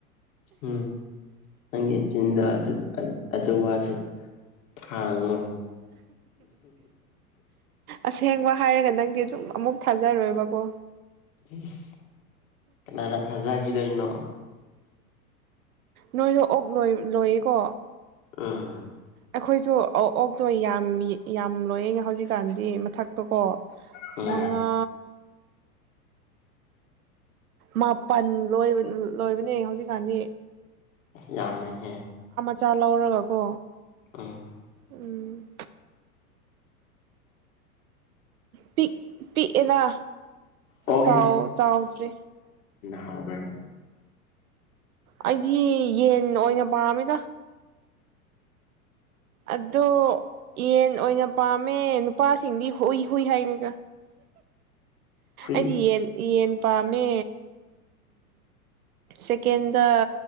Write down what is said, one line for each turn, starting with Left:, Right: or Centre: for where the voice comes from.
Left: ꯎꯝ ꯅꯪꯦ ꯆꯤꯟꯤꯟ ꯑꯗꯨ ꯋꯥꯗꯣ ꯊꯥꯡꯉꯣ
Right: ꯑꯁꯦꯡꯕ ꯍꯥꯏꯔꯒ ꯅꯪꯗꯤ ꯑꯗꯨꯝ ꯑꯃꯨꯛ ꯊꯥꯖꯔꯣꯏꯕꯀꯣ
Left: ꯎꯝ ꯅꯥꯅ ꯊꯥꯖꯈꯤꯗꯣꯏꯅꯣ
Right: ꯅꯣꯏꯗꯣ ꯑꯣꯛ ꯂꯣꯏ ꯂꯣꯏꯌꯦꯀꯣ
Left: ꯑꯥ
Right: ꯑꯩꯈꯣꯏꯁꯨ ꯑꯣꯛꯇꯣ ꯌꯥꯝ ꯌꯥꯝ ꯂꯣꯏꯌꯦꯉ ꯍꯧꯖꯤꯛꯀꯥꯟꯗꯤ ꯃꯊꯛꯇꯀꯣ
Left: ꯎꯝ
Right: ꯃꯉꯥ ꯃꯥꯄꯜ ꯂꯣꯏꯕ ꯂꯣꯏꯕꯅꯦ ꯍꯧꯖꯤꯛꯀꯥꯟꯗꯤ
Left: ꯌꯥꯅ ꯍꯦ
Right: ꯆꯥꯛ ꯂꯧꯔꯒ ꯀꯣ
Left: ꯑꯥ
Right: ꯎꯝ ꯄꯤ ꯄꯤꯛꯑꯦꯅ
Left: ꯑꯣꯛ
Right: ꯆꯥꯎ ꯆꯥꯎꯗ꯭ꯔꯦ
Left: ꯍꯕ
Right: ꯑꯩꯗꯤ ꯌꯦꯟ ꯑꯣꯏꯅ ꯄꯥꯝꯃꯤꯗ ꯑꯗꯣ ꯌꯦꯟ ꯑꯣꯏꯅ ꯄꯥꯝꯃꯦ ꯅꯨꯄꯥꯁꯤꯡꯗꯤ ꯍꯨꯏ ꯍꯨꯏ ꯍꯥꯏꯅꯤꯒ
Left: ꯍꯨꯏꯗꯤ
Right: ꯑꯗꯤ ꯌꯦꯟ ꯌꯦꯟ ꯄꯥꯝꯃꯦ ꯁꯦꯀꯦꯟꯗ